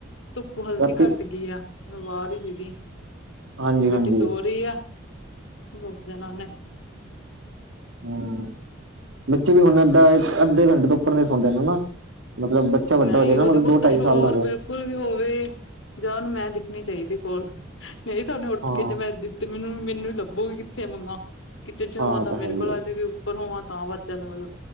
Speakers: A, on the left; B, on the right.
A: ਧੁੱਪ ਹਲਕੀ
B: ਰਾਤੀ
A: ਘੱਟ ਗਈ ਆ, ਮੈਂ ਬਾਹਰ ਹੀ ਸੀਗੀ।
B: ਹਾਂਜੀ
A: ਬੇਟੀ
B: ਹਾਂਜੀ
A: ਸੋ ਰਹੀ ਆ, ਹੁਣ ਉੱਠ ਜਾਣਾ ਓਹਨੇ।
B: ਹਮ ਬੱਚੇ ਵੀ ਹੁਣ ਏਧਾਂ ਅੱਧੇ ਘੰਟੇ ਤੋਂ ਉੱਪਰ ਨ ਸੌਂਦੇ ਨੇ ਨਾ ਮਤਲਬ ਵੱਡਾ
A: ਨਹੀਂ
B: ਹੋ ਜਾਏ ਨਾ
A: ਉਹਦੇ
B: ਮਤਲਬ
A: ਕੋਲ
B: ਦੋ
A: ਤਾਂ
B: ਢਾਈ
A: ਸ਼ੋਰ
B: ਸਾਲ ਦਾ ਹੋ ਜਾਏ
A: ਬਿਲਕੁਲ ਬਿਲਕੁਲ ਵੀ ਹੋਵੇ ਜਾਂ ਉਹਨੂੰ ਮੈਂ ਦਿਖਣੀ ਚਾਹੀਦੀ ਕੋਲ ਨਹੀਂ ਤਾਂ ਓਹਨੇ ਉੱਠ
B: ਹਾਂ
A: ਕੇ ਜੇ ਮੈਂ ਤੇ ਮੈਨੂੰ-ਮੈਨੂੰ ਈ ਲੱਭੂਗੀ ਕਿੱਥੇ ਆ ਮੰਮਾ। ਕਿਚਨ
B: ਹਾਂ
A: ਹੋਵਾਂ
B: ਉਹ
A: ਤਾਂ ਮੇਰੇ
B: ਹੈ ਹੀ
A: ਕੋਲ
B: ਹੈ
A: ਆ ਜਾੂਗੀ, ਉੱਪਰ ਹੋਵਾਂ ਤਾਂ ਵਾਜਾਂ ਨਾਲ।